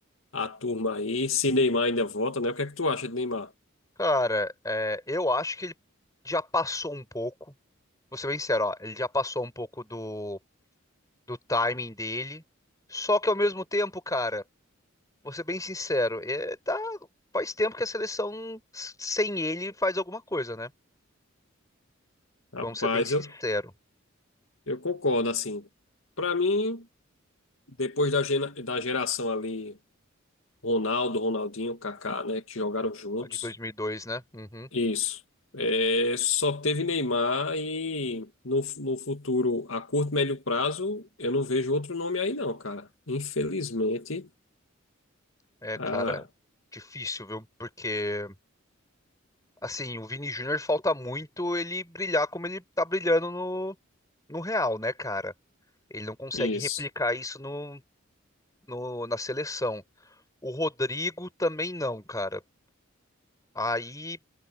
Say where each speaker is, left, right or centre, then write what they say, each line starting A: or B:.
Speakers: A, on the left; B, on the left.
A: a turma aí, se Neymar ainda volta, né? O que é que tu acha de Neymar?
B: Cara, é, eu acho que ele já passou um pouco. Vou ser bem sincero, ó, ele já passou um pouco do, do timing dele. Só que ao mesmo tempo, cara. Vou ser bem sincero, é, tá, faz tempo que a seleção s- sem ele faz alguma coisa, né?
A: Rapaz,
B: Vamos ser bem sincero.
A: eu, eu concordo, assim. Para mim, depois da, gena- da geração ali, Ronaldo, Ronaldinho, Kaká, né? Que jogaram juntos.
B: A de 2002, né? Uhum.
A: Isso. É, só teve Neymar e no, no futuro, a curto, médio prazo, eu não vejo outro nome aí não, cara. Infelizmente.
B: É,
A: Ah,
B: cara, difícil, viu? Porque, assim, o Vini Júnior falta muito ele brilhar como ele tá brilhando no, no Real, né, cara? Ele não consegue
A: isso.
B: replicar isso no, no, na seleção. O Rodrigo também não, cara. Aí